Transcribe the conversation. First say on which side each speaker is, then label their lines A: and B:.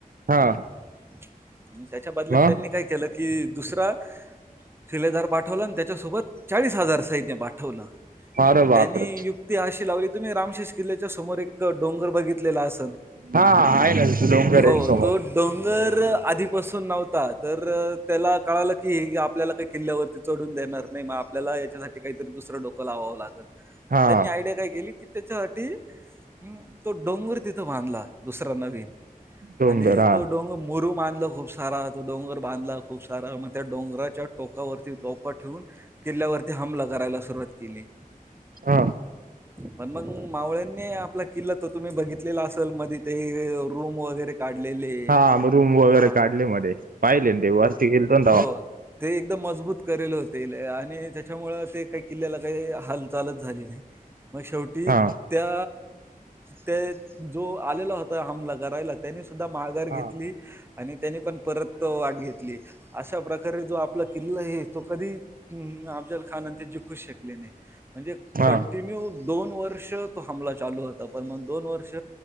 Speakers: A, on the right (about 75°); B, on the right (about 15°).
A: हा.
B: आणि त्याच्या बदल्यात
A: मग
B: त्यांनी काय केलं कि दुसरा शिलेदार पाठवला आणि त्याच्यासोबत चाळीस हजार सैन्य पाठवलं
A: अरे
B: म
A: बापरे
B: त्यांनी युक्त ती अशी लावली तुम्ही रामशेष किल्ल्याच्या समोर एक डोंगर बघित तलेला आसन
A: हा आहे ना तिथे डोंगर
B: हो
A: आहे समोर
B: तो डोंगर आधीपासून नव्हता तर त्याला कळालं की आपल्याला काही किल्ल्यावरती चढून देणार नाही म आपल्याला याच्यासाठी काहीतरी दुसरं डोकं लावावं लागल.
A: हा
B: म त्यांनी आयडिया काय केली की त्याच्यासाठी हं तो डोंगर तिथं बांधला दुसरा नवीन
A: डोंगर
B: आणि
A: हा
B: तो डोंग मुरूम आनल खूप सारा तो डोंगर बांधला खूप सारा मग त्या डोंगराच्या टोकावरती तोफा ठेव किल्ल्यावरती हमला करायला सुरुवात केली.
A: हा
B: पण मग मावळ्यांनी आपला किल्ला तो तुम्ही बघितलेला असेल मधी ते रूम वगैरे काढलेले
A: हा म रूम वगैरे
B: हा.
A: काढले मध्ये पाहिले न ते वरती गेलतो ना तवा.
B: हो ते एकदम मजबूत करेल होत ते लय आणि त्याच्यामुळ ते काही किल्ल्याला काय हालचालच झाली नाय म शेवटी
A: हा
B: त्या ते जो आलेला होता हमला करायला त्यांनी सुद्धा माघार घेतली
A: हा
B: आणि त्याने पण परत तो वाट घेतली अशा प्रकारे जो आपला किल्ल आहे तो कधी हम्म अफजल खान आणि ते जिकूचं शकले नाही म्हणजे
A: हा
B: कंटिन्यू दोन वर्ष त हमला चालूता पर म दोन वर्ष